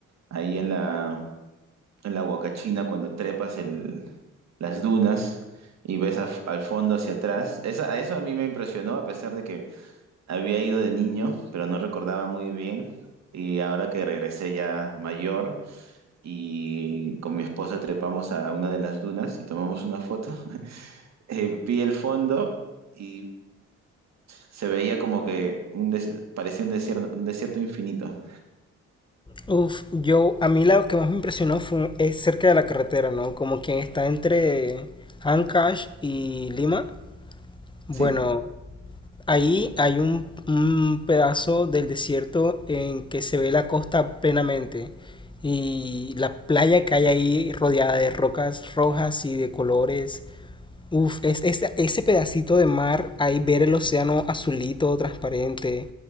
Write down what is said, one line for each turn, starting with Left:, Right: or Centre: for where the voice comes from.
Right: ahí en la, en la Huacachina cuando trepas el, las dunas y ves af- al fondo hacia atrás. Esa, a eso a mí me impresionó, a pesar de que había ido de niño, pero no recordaba muy bien. Y ahora que regresé ya mayor y con mi esposa trepamos a una de las dunas y tomamos una foto. <laughs> Eh, vi el fondo y se veía como que un des- parecía un desierto, un desierto infinito.
Left: Uf, yo, a mí lo que más me impresionó fue, es cerca de la carretera, ¿no? Como quien está entre Ancash y Lima. Bueno,
Right: Sí,
Left: Ahí hay un, un pedazo del desierto en que se ve la costa plenamente y la playa que hay ahí rodeada de rocas rojas y de colores. Uf, es, es- ese pedacito de mar, ahí ver el océano azulito, transparente,